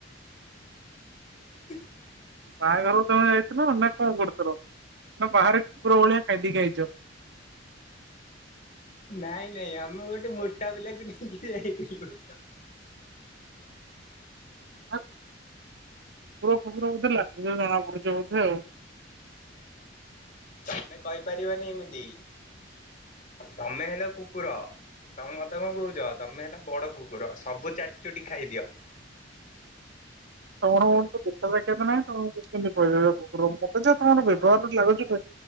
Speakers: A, on the left; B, on the right.
A: <unintelligible>
B: ବାହାଘରକୁ ତମେ ଯାଇଥିଲ ନା କଣ କରୁଥିଲ ନା ବାହାରେ କୁକୁର ଭଳିଆ ଖାଇଦେଇ କି ଆାଇଚ?
A: ନାଇଁ ନାଇଁ ଆମେ ଗୋଟେ ମୋଟା ପିଲାକୁ ନେଇକି ଯାଇଥିଲୁ।
B: କୁକୁର ପୁକୁର ବୋଧେ ଲାଗୁଛ ଜଣା ପଡୁଚ ବୋଧେ ଆଉ।
A: ତମେ କହିପାରିବନି ଏମିତି ତମେ ହେଲ କୁକୁର। ତମେ ମତେ କଣ କହୁଛ ତମେ ହେଲ ବଡ଼ କୁକୁର ସବୁ ଚାଟି ଚୁଟି ଖାଇଦିଅ।
B: ତମର ମେରତ ଦେଖା ସାକ୍ଷାତ ନାହିଁ, ତମ କେମିତି କହି ପାରିବ କୁକୁର ମତେ ଯେ ତମର ବ୍ୟବହାର ଲାଗୁଛି